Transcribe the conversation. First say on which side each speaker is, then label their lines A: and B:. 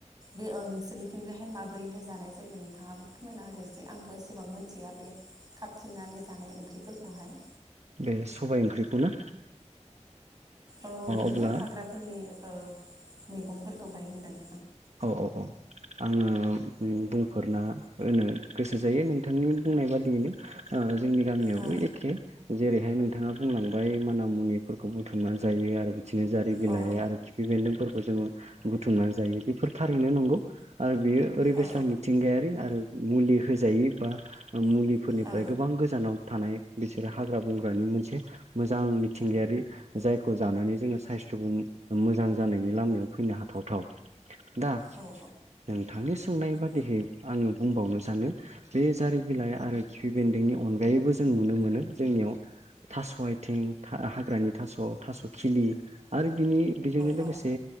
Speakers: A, on the right; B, on the right.
A: बे ओ नोंसोरनिथिंजायहाय माबोरैहाय जानाय जायो नोंथाङाबो फोरमायना होदो एसे आंथ' एसेबां मोनथिया बे खाबथिंनानै जानाय ओंख्रिफोरखौहाय
B: बे सबाय ओंख्रिखौनो
A: औ बिदिनो
B: अब्ला
A: हाग्राफोरनि ओ मैगंफोरखौहाय होनदों
B: औ औ औ आङो उम बुंफोरना होनो गोसो जायो नोंथांनि बुंनाय बादियैनो ओ जोंनि गामियावबो
A: औ
B: एखे जेरैहाय नोंथाङा बुंलांबाय माना मुनिफोरखौ बुथुमना जायो आरो बिदिनो जारि बिलाइ
A: औ
B: आरोखि फि बेन्दोंफोरखौ जोङो बुथुमनानै जायो बेफोर थारैनो नंगौ आरो बेयो ओरै बेसा
A: औ
B: मिथिंगायारि आरो मुलि होजायै बा मुलिफोरनिफ्राय
A: औ
B: गोबां गोजानाव थानाय बिसोरो हाग्रा बंग्रानि मोनसे मोजां मिथिंगायारि जायखौ जानानै जोङो साइस्थ'बो मोजां जानायनि लामायाव फैनो हाथावथाव दा
A: औ
B: नोंथांनि सोंनाय बादियै आङो बुंबावनो सानो बे जारि बिलाइ आरो खिफि बेन्दोंनि अनगायैबो जों नुनो मोनो जोंनियाव थास' आथिं हाग्रानि थास' थास' खिलि आरो बिनि बेजोंनो लोगोसे
A: औ